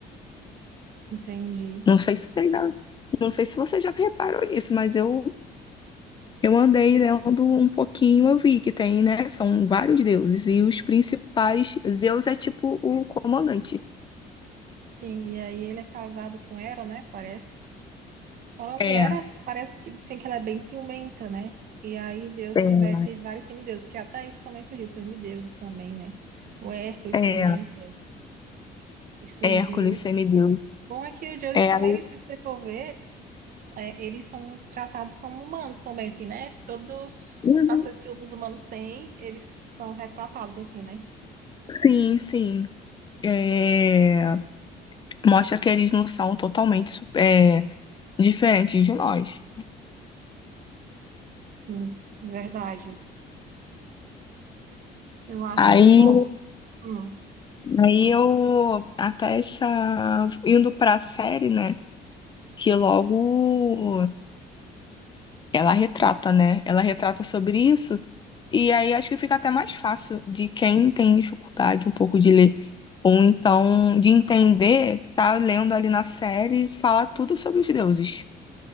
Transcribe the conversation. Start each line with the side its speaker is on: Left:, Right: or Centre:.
Right: Entendi.
Left: Não sei se você já, não sei se você já reparou nisso, mas eu, eu andei lendo um pouquinho, eu vi que tem, né? São vários deuses, e os principais, Zeus é tipo o comandante.
Right: Sim, e aí ele é casado com Hera, né? Parece. Falando
Left: É,
Right: em Hera, parece que dizem que ela é bem ciumenta, né? E aí Zeus
Left: é,
Right: teve, teve vários semideuses, que até isso também surgiu, semideuses também, né? O Hércules
Left: é,
Right: também, que e surgiu.
Left: Hércules, semideus.
Right: Bom é que o Zeus
Left: É,
Right: também, se você for ver, é, eles são tratados como humanos também, assim, né? Todas
Left: Uhum.
Right: as coisas que os humanos têm, eles são retratados, assim, né?
Left: sim, sim. É, mostra que eles não são totalmente su- é, diferentes de nós.
Right: Sim, verdade. Eu acho
Left: Aí,
Right: bom. Hum.
Left: aí eu, até essa, indo pra série, né? Que logo ela retrata, né? Ela retrata sobre isso, e aí acho que fica até mais fácil de quem tem dificuldade um pouco de ler, ou então de entender, tá lendo ali na série, fala tudo sobre os deuses,